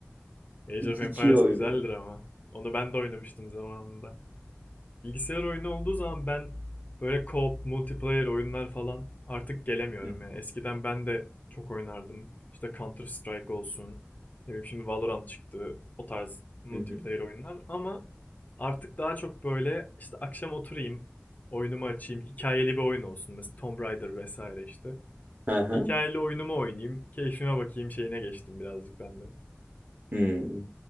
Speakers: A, on the left; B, on the right.
A: Age
B: 2'yi
A: of Empires
B: oynuyorum.
A: güzeldir ama. Onu ben de oynamıştım zamanında. Bilgisayar oyunu olduğu zaman ben böyle co-op, multiplayer oyunlar falan artık gelemiyorum
B: Hı hı.
A: yani. Eskiden ben de çok oynardım. İşte Counter Strike olsun. Ne bileyim şimdi Valorant çıktı. O tarz multiplayer
B: hı hı.
A: oyunlar ama artık daha çok böyle işte akşam oturayım, oyunumu açayım, hikayeli bir oyun olsun. Mesela Tomb Raider vesaire işte.
B: Hı hı.
A: Hikayeli oyunumu oynayayım, keyfime bakayım şeyine geçtim birazcık ben de.
B: Hmm.